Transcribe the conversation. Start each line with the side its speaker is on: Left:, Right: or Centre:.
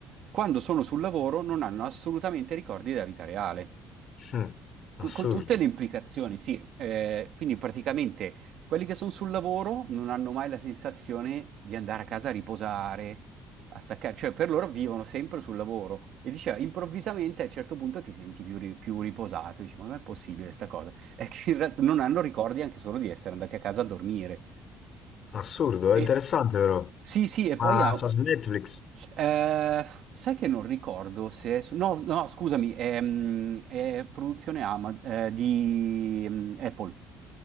Right: Quando sono sul lavoro non hanno assolutamente ricordi della vita reale.
Left: Mm,
Right: Co-
Left: assurdo.
Right: Con tutte le implicazioni, sì. Eh, quindi praticamente quelli che sono sul lavoro non hanno mai la sensazione di andare a casa a riposare, a staccare, cioè per loro vivono sempre sul lavoro. E diceva, improvvisamente a un certo punto ti senti più, ri- più riposato, dici, ma non è possibile sta cosa? <laughs> È che in realtà non hanno ricordi anche solo di essere andati a casa a dormire.
Left: Assurdo, è
Right: E-
Left: interessante però.
Right: sì, sì, e
Left: Ma
Right: poi ha...
Left: sta su Netflix?
Right: eh, sai che non ricordo se... è su- No, no, scusami, è, mm, è produzione Ama- eh, di mm, Apple.